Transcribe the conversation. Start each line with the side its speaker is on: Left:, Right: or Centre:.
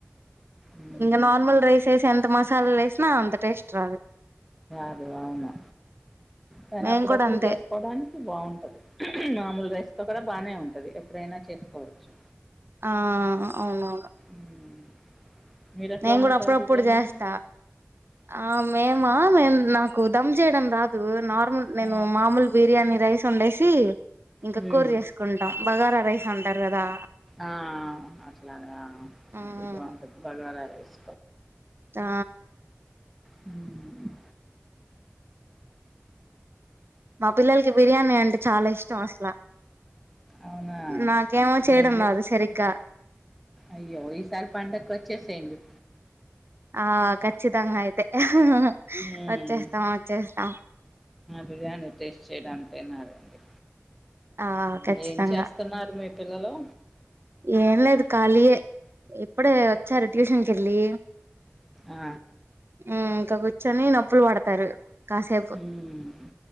Centre: ఉమ్
Right: ఇంగ నార్మల్ రైస్ ఏ ఎంత మసాల లే వేసినా అంత టేస్ట్ రాదు
Centre: అదే అవును కాని
Right: మేము
Centre: అప్పుడప్పుడు
Right: కూడా అంతే
Centre: చేసుకోడానికి బాగుంటది మామూలుగా సుకో కూడా బాగానే ఉంటది ఎప్పుడైనా చేసుకోవచ్చు
Right: ఆ అవునవును
Centre: మ్మ్. మీరు ఎట్లా
Right: నేను
Centre: వండుతారు
Right: కూడా అప్పుడప్పుడు
Centre: బిర్యానీ
Right: చేస్తా ఆ మేమా మేము నాకు దమ్ జేయడం రాదు నార్మల్ నేను
Centre: ఆ,
Right: మామూలు బిర్యానీ రైస్ సండేసి ఇంకా
Centre: మ్మ్.
Right: కూర చేేసుకుంటాం బగారా రైస్ తర్రదా
Centre: ఆ అట్లాగా
Right: ఉమ్
Centre: అది బాగుంటాది భగవా రే స
Right: ఆ
Centre: హమ్
Right: మా పిల్లలకి బిర్యానీ అంటే చాలా ఇష్టం అసలా
Centre: అవునా
Right: నాక ఏమో చేయడంద
Centre: రండి
Right: అద సరికా
Centre: అయ్యో ఈసారి పండగకు వచ్చి థ్యాం యయు
Right: ఆ ఖచ్చితంగా అయితే హహహ
Centre: మ్మ్.
Right: వచ్చేస్తాం వచ్చేస్తాం
Centre: బిర్యానీ టేస్ట్ చేయడాంటే అేడి
Right: ఆ ఖచ్చితంగా
Centre: ఏం చేస్తున్నారు మీ పిల్లలు
Right: ఏం లేదు కలియే ఇపుడే వచ్చారు ట్యూషన్ కు ఎల్లి
Centre: ఆ,
Right: హమ్ ఇంకా కూర్చొని నొప్పులు పడతారు కాసేపు
Centre: మ్మ్.